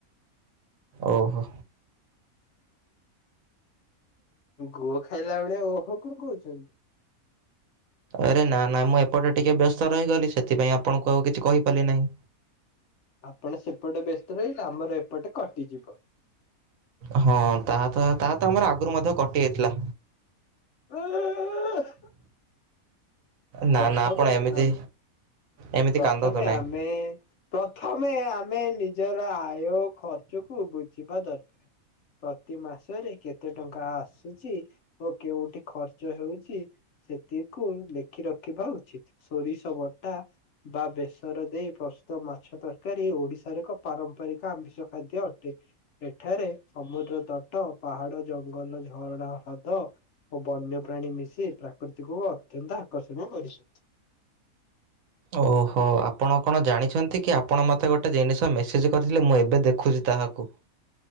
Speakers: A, on the right; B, on the left.
A: ଓହୋ।
B: ଗୁହ ଖାଇଲା ଭଳିଆ ଓହ କଣ କହୁଚୁ।
A: ଆରେ ନା -ନା ମୁଁ ଏପଟେ ଟିକେ ବ୍ୟସ୍ତ ରହିଗଲି ସେଥିପାଇଁ ଆପଣଙ୍କୁ ଆଉ କିଛି କହିପାରିଲି ନାହିଁ।
B: ଆପଣ ସେପଟେ ବ୍ୟସ୍ତ ରହିଲେ ଆମର ଏପଟେ କଟିଯିବ।
A: ହଁ ତାହା ତ- ତାହା ତ ଆମର ଆଗୁରୁ ମଧ୍ୟ କଟି ଯାଇଥିଲା।
B: <inaudible>
A: ନା
B: ପ୍ରଥମେ
A: ନା ଆପଣ ଏମିତି
B: ଆମ୍
A: ଏମିତି
B: ପ୍ରଥମେ
A: କାନ୍ଦନ୍ତୁ ନାହିଁ।
B: ଆମେ ପ୍ରଥମେ ଆମେ ନିଜର ଆୟ ଓ ଖର୍ଚ୍ଚକୁ ବୁଝିବା ଦରକାର୍। ପ୍ରତି ମାସରେ କେତେ ଟଙ୍କା ଆସ୍ ଆସୁଚି ଓ କେଉଠି ଖର୍ଚ୍ଚ ହେଉଚି ସେତିକୁ ଲେଖି ରଖିବା ଉଚିତ୍ ସୋରିଷ ବଟା ବା ବେସର ଦେଇ ପ୍ରସ୍ତୁତ ମାଛ ତରକାରୀ ଓଡିଶାର ଏକ ପାରମ୍ପରିକ ଆମିଷ ଖାଦ୍ୟ ଅଟେ। ଏଠାରେ ସମୁଦ୍ର ତଟ, ପାହାଡ, ଜଙ୍ଗଲ, ଝରଣା ହ୍ରଦ ଓ ବନ୍ୟ ପ୍ରାଣୀ ମିଶି ପ୍ରାକୃତିକକୁ ଅତ୍ୟନ୍ତ ଆକର୍ଷଣୀୟ କରିଛନ୍ତି।
A: ଓହୋ ଆପଣ କଣ ଜାଣିଚନ୍ତି କି ଆପଣ ମତେ ଗୋଟେ ଜିନିଷ ମେସେଜ୍ କରିଥିଲେ ମୁଁ ଏବେ ଦେଖୁଛି ତାହାକୁ।